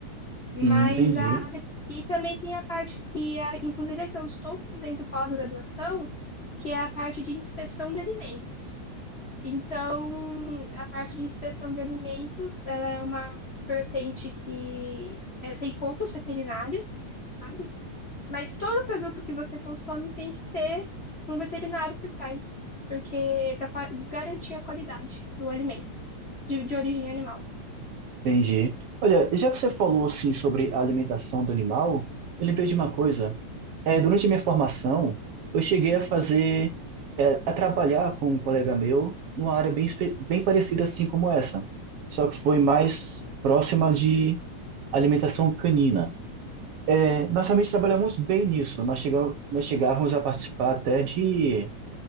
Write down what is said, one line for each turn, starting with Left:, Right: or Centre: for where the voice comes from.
Left: Mas
Right: Hum, entendi,
Left: a a vet- e também tem a parte que, a, inclusive, é que eu estou fazendo pós-graduação, que é a parte de inspeção de alimentos. Então, a parte de inspeção de alimentos, ela é uma vertente que é, tem poucos veterinários, sabe? Mas todo produto que você consome tem que ter um veterinário por trás, porque para garantir a qualidade do alimento de, de origem animal.
Right: entendi. Olha, já que você falou assim sobre a alimentação do animal, eu lembrei de uma coisa. É, durante a minha formação, eu cheguei a fazer, é, a trabalhar com um colega meu numa área bem, espe- bem parecida assim como essa, só que foi mais próxima de alimentação canina. É, nós realmente trabalhamos bem nisso. Nós chegamos, nós chegávamos a participar até de,